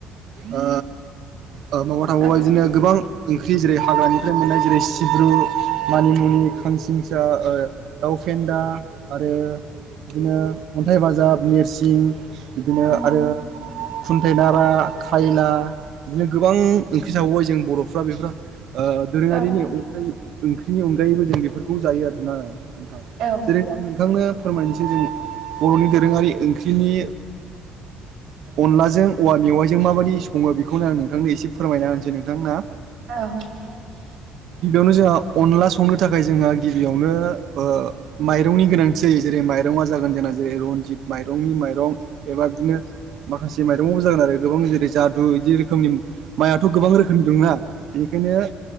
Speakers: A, on the right; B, on the right.
A: आ आ माबा थाबाव
B: औ
A: बाय बिदिनो गोबां ओंख्रि जेरै हाग्रानिफ्राय मोननाय जेरै सिब्रु मानिमुनि खांसिं दा ओ दाउ फेन्दा आरो बिदिनो अन्थाइ बाजाब नेरसिं बिदिनो
B: उम
A: आरो खुन्थायाइ नारा खायला बिदिनो गोबां ओंख्रि साबोबबाय जों बर'फ्रा बेफोरो ओ दोरोङारिनि
B: औ
A: उमफ्राय ओंख्रिनि अनगायैबो जों बेफोरखौ जायो आरोना नोंथां
B: औ
A: जेरै आं नोंथांनो फोरमायनोसै जों बर'नि दोरोङारि ओंख्रिनि अनलाजों औवा मेवाइजों माबायदि सङो बेखौनो आं नोंथांनो एसे फोरमायना होनोसै नोंथां ना
B: औ औ
A: बेयावनो जोंहा अनला संनो थाखाय जोंहा गिबियावनो ओ माइरंनि गोनांथि जायो जेरै माइरङा जागोन जोंना जेरै रनजित माइरंनि माइरं एबा बिदिनो माखासे माइरंबाबो जागोन आरो गोबां जेरै जादु बिदि रोखोमनि माइ आ‌ थ' गोबां रोखोमनि दंना बेनिखायनो